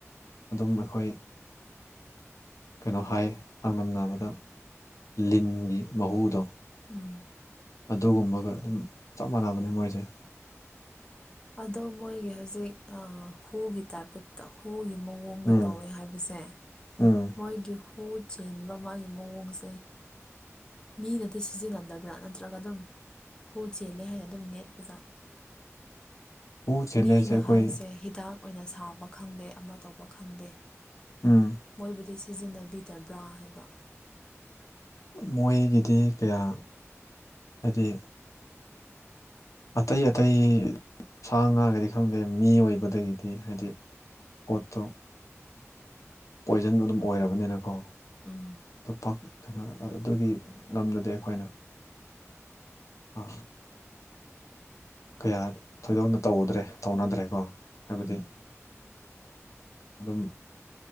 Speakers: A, on the left; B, on the left.
A: ꯑꯗꯨꯝ ꯑꯩꯈꯣꯏ ꯀꯩꯅꯣ ꯍꯥꯏ ꯆꯥꯡꯗꯝꯅꯕꯗ ꯂꯤꯟꯒꯤ ꯃꯍꯨꯗꯣ
B: ꯎꯝ
A: ꯑꯗꯨꯒꯨꯝꯕꯒ ꯑꯗꯨꯝ ꯆꯞ ꯃꯥꯟꯅꯕꯅꯦ ꯃꯣꯏꯁꯦ
B: ꯑꯗꯣ ꯃꯣꯏꯒꯤ ꯍꯧꯖꯤꯛ ꯑ ꯍꯨꯒꯤ ꯇꯥꯏꯞꯇ ꯄ ꯍꯨꯒꯤ ꯃꯑꯣꯡꯗ
A: ꯎꯝ
B: ꯇꯧꯋꯦ ꯍꯥꯏꯕꯁꯦ
A: ꯎꯝ
B: ꯃꯣꯏꯒꯤ ꯍꯨ ꯆꯦꯟꯕ ꯃꯥꯒꯤ ꯃꯑꯣꯡꯁꯦ ꯃꯤꯅꯗꯤ ꯁꯤꯖꯤꯟꯅꯗꯕ꯭ꯔꯥ ꯅꯠꯇ꯭ꯔꯒ ꯑꯗꯨꯝ ꯍꯨ ꯆꯦꯜꯂꯦ ꯍꯥꯏꯅ ꯑꯗꯨꯝ ꯅꯦꯠꯄꯖ
A: ꯍꯨ ꯆꯦꯜꯂꯦꯁꯦ
B: ꯃꯤꯅ
A: ꯑꯩꯈꯣꯏ
B: ꯍꯥꯏꯁꯦ ꯍꯤꯗꯥꯛ ꯑꯣꯏꯅ ꯁꯥꯕ ꯈꯪꯗꯦ ꯑꯃ ꯇꯧꯕ ꯈꯪꯗꯦ
A: ꯎꯝ
B: ꯃꯣꯏꯕꯨꯗꯤ ꯁꯤꯖꯤꯟꯅꯕꯤꯗꯕ꯭ꯔꯥ ꯍꯥꯏꯕ
A: ꯃꯣꯏꯒꯤꯗꯤ ꯀꯌꯥ ꯍꯥꯏꯗꯤ ꯑꯇꯩ ꯑꯇꯩ ꯁꯥ ꯉꯥꯒꯗꯤ ꯈꯪꯗꯦ ꯃꯤ ꯑꯣꯏꯕꯗꯒꯤꯗꯤ ꯍꯥꯏꯗꯤ ꯀꯣꯠꯇꯣ ꯄꯣꯏꯖꯟ ꯑꯗꯨꯝ ꯑꯣꯏꯔꯕꯅꯤꯅꯀꯣ
B: ꯎꯝ
A: ꯑꯇꯣꯞꯄ ꯀꯩꯅꯣ ꯑꯗꯨꯒꯤ ꯂꯝꯗꯗꯤ ꯑꯩꯈꯣꯏꯅ ꯑ ꯀꯌꯥ ꯊꯣꯏꯗꯣꯛꯅ ꯇꯧꯗ꯭ꯔꯦ ꯇꯧꯅꯗ꯭ꯔꯦꯀꯣ ꯍꯥꯏꯕꯗꯤ
B: ꯎꯝ
A: ꯑꯗꯨꯝ